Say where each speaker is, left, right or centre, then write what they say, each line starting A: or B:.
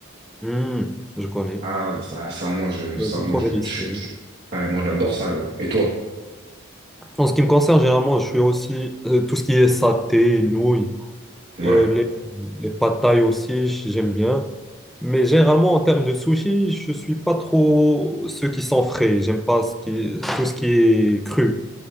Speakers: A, in the centre; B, on the right (about 50°).
A: Hmm, je connais.
B: Ah, ça, ça, moi, je, ça,
A: Euh, C'est
B: moi,
A: trop
B: je,
A: délicieux.
B: je- je-
A: hein.
B: ouais, moi, j'adore ça. gros. Et toi?
A: En ce qui me concerne, généralement, je suis aussi euh, tout ce qui est saté, nouilles,
B: Ouais,
A: euh, les, les pad thaï aussi, j'aime bien. Mais généralement, en termes de sushi, je suis pas trop ceux qui sont frais. J'aime pas ce qui, tout ce qui est cru.